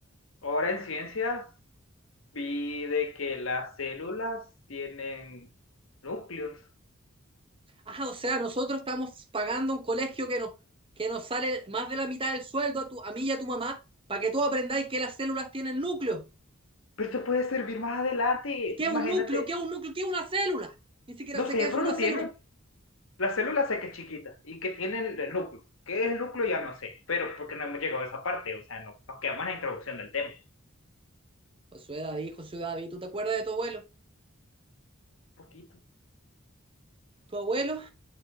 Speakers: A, on the left; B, on the right.
A: ahora en ciencias vi de que las células tienen núcleos.
B: Ah, o sea, nosotros estamos pagando un colegio que nos, que nos sale más de la mitad del sueldo a, tu, a mí y a tu mamá para que tú aprendáis que las células tienen núcleo.
A: Pero esto puede servir más adelante,
B: ¿Y qué es
A: imagínate.
B: un núcleo? ¿Qué es un núcleo? ¿Qué es una célula? Ni siquiera
A: No
B: sé
A: sé,
B: qué es
A: pero
B: una
A: lo
B: célula.
A: tienen. Las células sé que es chiquita y que tienen el núcleo. ¿Qué es el núcleo? Ya no sé, pero porque no hemos llegado a esa parte, o sea, no, nos quedamos en la introducción del tema.
B: Josué David, Josué David, ¿tú te acuerdas de tu abuelo?
A: Un poquito.
B: tu abuelo,